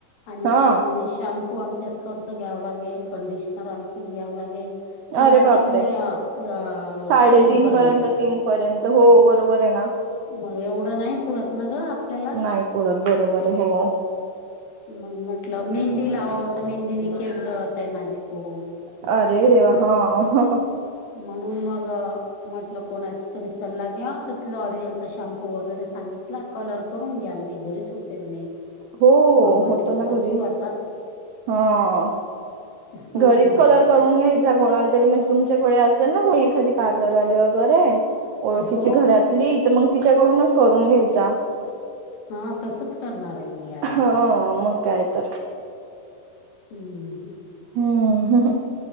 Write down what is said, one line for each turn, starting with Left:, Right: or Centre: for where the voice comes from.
Left: आणि
Right: हा
Left: पुन्हा म्हणे शाम हो आमच्याचकडचं घ्यावं लागेल, कंडिशनर आमचंच घ्यावं लागेल. ते
Right: अरे
Left: जाते
Right: बापरे
Left: म्हणे अ
Right: साडेतीन
Left: तीनपर्यंत.
Right: पर्यंत तीन पर्यंत हो बरोबर आहे ना,
Left: मग एवढं नाही पुरत ना ग आपल्याला
Right: नाही. परत बरोबर आहे हो.
Left: मग म्हटलं मेहंदी लावावं तर मेहंदीनी केस गळत आहे माझे खूप.
Right: अरे देवा हा.
Left: म्हणून मग म्हटलं कोणाची तरी सल्ला घ्याव, तर तुला लाॅरियलचा शॅम्पू वगैरे सांगितला. कलर करून घ्या म्हणे. घरीच होते म्हणे
Right: हो
Left: मग म्हटलं
Right: होतो ना
Left: बघू
Right: घरीच
Left: आता.
Right: हा.
Left: हं
Right: घरीच कलर करून घ्यायचा कोणाला तरी म्हणजे तुमच्याकडे असेल ना कोणी एखादी पार्लरवाली वगैरे ओळखीची
Left: हो
Right: घरातली. तर मंग तिच्याकडूनच करून घ्यायचा.
Left: हा तसंच करणार आहे मी ह्यावेळी.
Right: हा मग काय तर
Left: हम्म हं.
Right: हम्म,